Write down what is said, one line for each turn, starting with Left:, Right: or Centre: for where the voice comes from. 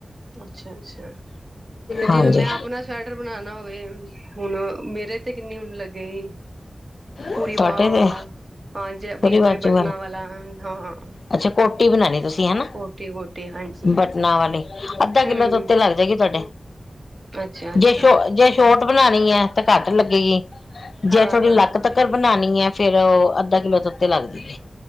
Right: ਅੱਛਾ। ਅੱਛਾ, ਤੇ ਜਿਵੇਂ
Left: ਹਾਂਜੀ
Right: ਮੈਂ ਆਪਣਾ ਸਵੈਟਰ ਬਨਾਨਾ ਹੋਵੇ ਹੁਣ ਮੇਰੇ ਤੇ- ਕਿੰਨੀ ਉਣ ਲੱਗੇਗੀ? ਪੂਰੀ
Left: ਤੁਹਾਡੇ
Right: ਬਾਂਵਾਂ
Left: ਤੇ
Right: ਵਾਲਾ, ਹਾਂ ਜੇ
Left: ਪੂਰੀ
Right: ਵੀ ਅੱਗੇ
Left: ਬਾਜੂ
Right: ਬਟਨਾ ਵਾਲਾ ਹਾਂ।
Left: ਅੱਛਾ ਕੋਟੀ ਬਨਾਣੀ ਤੁਸੀ? ਹੈਨਾ-
Right: ਕੋਟੀ ਕੋਟੀ ਹਾਂਜੀ
Left: ਬਟਨਾਂ ਵਾਲੀ, ਅੱਧਾ
Right: ਹੂੰ
Left: ਕਿੱਲੋ ਤੋ ਉਤੇ ਲੱਗ ਜਾਏਗੀ ਤੁਹਾਡੇ,
Right: ਅੱਛਾ ਅੱਛਾ
Left: ਜੇ ਸ਼ੋਟ ਜੇ ਸ਼ੋਟ ਬਣਾਣੀ ਹੈ 'ਤੇ ਘੱਟ ਲੱਗੇਗੀ
Right: ਹਾਂ
Left: ਜੇ- ਥੋੜੀ
Right: ਹਾਂ
Left: ਲੱਕ ਤੱਕਨ ਬਣਾਣੀ ਹੈ? ਫੇਰ ਉਹ, ਅੱਧਾ ਕਿੱਲੋ ਤੋ ਉਤੇ ਲਗਜੇਗੀ।